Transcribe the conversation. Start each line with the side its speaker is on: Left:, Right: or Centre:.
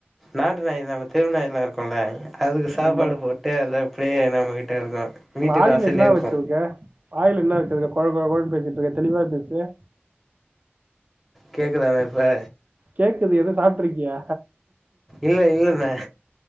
Centre: நாட்டு நாய்தா நம்ம தெரு நாய்ல்லா இருக்குல்ல. அதுக்கு சாப்பாடு
Right: ஆமா
Centre: போட்டு அத அப்டியே நம்மகிட்ட இருக்கு வீட்டு
Right: வாயில
Centre: வாசல்லியேருக்கு.
Right: என்ன வச்சிருக்க வாயில என்ன வெச்சிருக்க கொழ கொழ கொழன் பேசிட்ருக்க தெளிவா பேசு.
Centre: கேக்குதாணா இப்ப?
Right: கேக்குது எது சாப்ட்ருக்கியா?
Centre: இல்லை இல்லைண்ணே